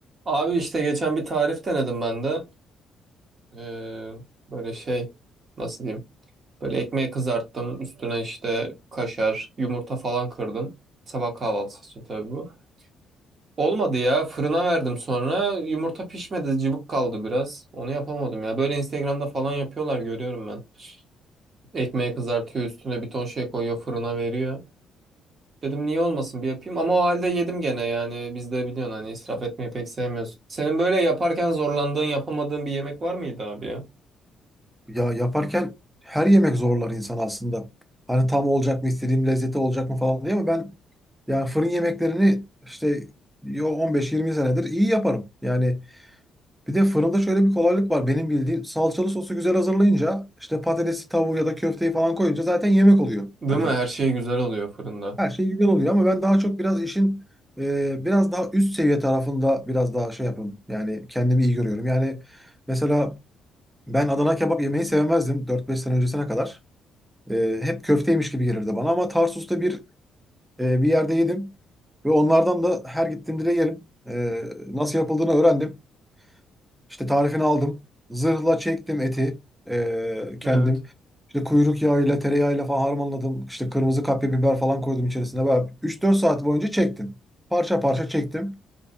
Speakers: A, on the right (about 35°); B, in the centre.
A: Abi işte geçen bir tarif denedim ben de. Ee, böyle şey nasıl diyeyim? Böyle ekmeği kızarttım. Üstüne işte kaşar, yumurta falan kırdım. Sabah kahvaltısı için tabii bu. Olmadı ya. Fırına verdim sonra. Yumurta pişmedi. Cıvık kaldı biraz. Onu yapamadım ya. Böyle Instagram'da falan yapıyorlar görüyorum ben. Ekmeği kızartıyor üstüne bir ton şey koyuyor fırına veriyor. Dedim niye olmasın bir yapayım ama o halde yedim gene yani biz de biliyorsun hani israf etmeyi pek sevmiyoruz. Senin böyle yaparken zorlandığın yapamadığın bir yemek var mıydı abi ya?
B: Ya yaparken her yemek zorlar insan aslında. Hani tam olacak mı istediğim lezzeti olacak mı falan diye ama ben yani fırın yemeklerini işte yo 15-20 senedir iyi yaparım. Yani bir de fırında şöyle bir kolaylık var benim bildiğim salçalı sosu güzel hazırlayınca işte patatesi tavuğu ya da köfteyi falan koyunca zaten yemek oluyor.
A: Değil
B: Hani
A: mi? Her şey güzel oluyor fırında.
B: her şey güzel oluyor ama ben daha çok biraz işin e, biraz daha üst seviye tarafında biraz daha şey yapıyorum. Yani kendimi iyi görüyorum. Yani mesela ben Adana kebap yemeyi sevmezdim 4-5 sene öncesine kadar. E, hep köfteymiş gibi gelirdi bana ama Tarsus'ta bir e, bir yerde yedim ve onlardan da her gittiğimde de yerim. E, nasıl yapıldığını öğrendim. İşte tarifini aldım. Zırhla çektim eti e, kendim.
A: Evet.
B: İşte kuyruk yağıyla, tereyağıyla falan harmanladım. İşte kırmızı kapya biber falan koydum içerisine. Böyle üç dört saat boyunca çektim. Parça parça çektim.